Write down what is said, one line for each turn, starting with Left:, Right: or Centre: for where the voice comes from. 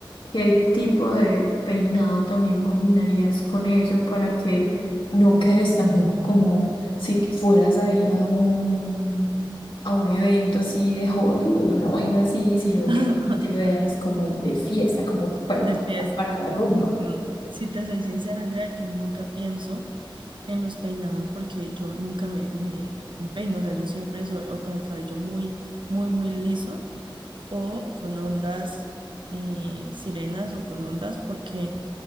Left: ¿qué tipo de peinado también combinarías con eso para que no quedes tampoco como si fueras a ir a un, a un evento así de Hollywood, una vaina así, sino
Right: <laughs>
Left: que y te veas como de fiesta, como preparada
Right: De fiesta.
Left: para la rumba?
Right: Mm, mm. Si te soy sincera, Andrea, yo nunca pienso. en los peinados porque yo nunca me, me, me peino, o sea, yo siempre soy o con el cabello muy, muy, muy liso o con ondas eh, sirenas o con ondas porque